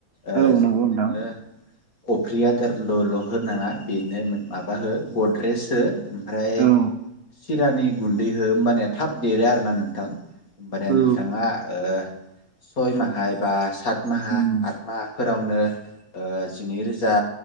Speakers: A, on the left (about 70°); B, on the right (about 50°).
A: ओ
B: औ नंगौ नोंथां
A: नोङो अफ्रि आदारल'ल' होनाङा बेनो माबा हो गद्रेज हो ओमफ्राय
B: औ
A: सिरानि गुन्दै हो होमबान थाब देरो आरोना नोंथां होमबानो
B: औ
A: नोंथाङा ओ सय माहाय बा सात माहा
B: उम
A: आत माह फोरावनो ओ जिनैरोजा